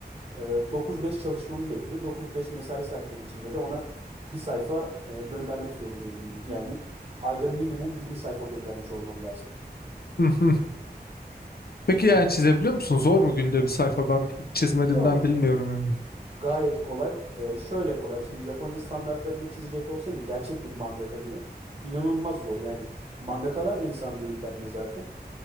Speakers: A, on the right; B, on the left.
A: e, 9-5 çalışmamı bekliyor. 9-5 mesai saatleri içinde de ona bir sayfa e, göndermek zorundayım günlük. Yani ayda minimum 20 sayfa göndermiş olmam lazım.
B: hı hı. Peki
A: Aynen.
B: yani çizebiliyor musun? Zor mu günde bir sayfa? Ben hiç çizmediğimden
A: Yo
B: bilmiyorum yani.
A: Gayet kolay. Ee, şöyle kolay. Şimdi Japonya standartlarını çizecek olsaydım gerçek bir mangaka gibi inanılmaz zor. Yani mangakalar da insan değil bence zaten.